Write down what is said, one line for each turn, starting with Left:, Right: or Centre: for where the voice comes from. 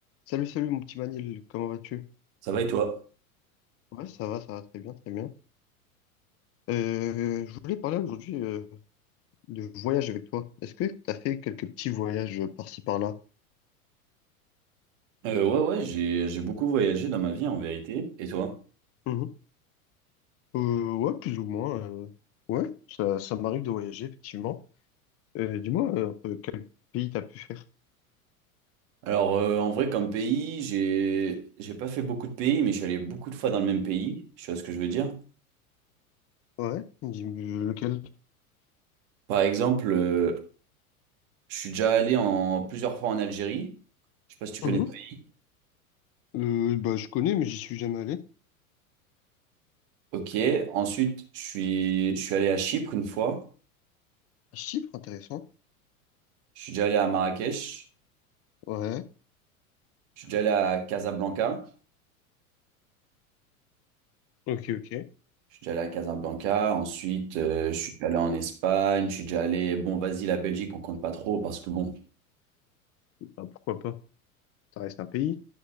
Left: Salut, salut mon petit Manil, comment vas-tu?
Right: Ça va et toi?
Left: Ouais, ça va, ça va très bien, très bien. Euh, je voulais parler aujourd'hui euh, de voyage avec toi. Est-ce que tu as fait quelques petits voyages euh, par-ci par-là?
Right: Euh, ouais, ouais, j'ai, j'ai beaucoup voyagé dans ma vie en vérité. Et toi?
Left: Mhm. Euh, ouais, plus ou moins. euh, ouais, ça, ça m'arrive de voyager, effectivement. Euh, dis-moi euh, un peu quel pays t'as pu faire?
Right: Alors, euh, en vrai, comme pays, j'ai, j'ai pas fait beaucoup de pays, mais je suis allé beaucoup de fois dans le même pays. Tu vois ce que je veux dire?
Left: Ouais, dis lequel?
Right: Par exemple, euh, je suis déjà allé en, plusieurs fois en Algérie. Je sais pas si tu connais
Left: Mhm.
Right: ce pays.
Left: Euh, bah, je connais, mais j'y suis jamais allé.
Right: Ok. Ensuite, je suis, je suis allé à Chypre une fois.
Left: Chypre, intéressant.
Right: Je suis déjà allé à Marrakech.
Left: Ouais.
Right: Je suis déjà allé à Casablanca.
Left: Ok, ok.
Right: Je suis déjà allé à Casablanca, ensuite euh, je suis déjà allé en Espagne, je suis déjà allé, bon vas-y la Belgique on compte pas trop parce que bon,
Left: Bah, pourquoi pas? Ça reste un pays